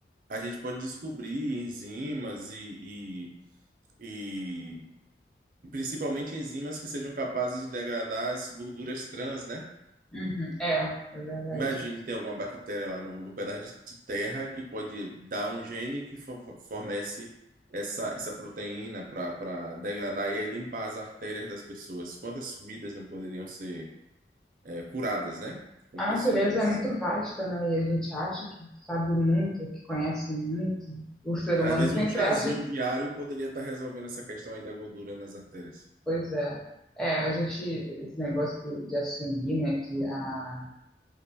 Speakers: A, on the right (about 50°); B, in the centre.
A: a gente pode descobrir enzimas e, e, e principalmente enzimas que sejam capazes de degradar as gorduras trans, né?
B: Uhum, É, é verdade.
A: Imagine ter alguma bactéria lá no, no pedaço de terra que pode dar um gene que for- fornece essa, essa proteína para degradar e aí limpar as artérias das pessoas. Quantas vidas não poderiam ser eh, curadas, né? Com
B: A natureza
A: pessoas.
B: é muito vasta, né? E a gente acha que sabe muito, que conhece muito. O ser humano
A: Às vezes
B: sempre
A: um chazinho
B: acha que,
A: diário poderia estar resolvendo essa questão aí da gordura nas artérias.
B: pois é. É, a gente, esse negócio de assumir, né, que a,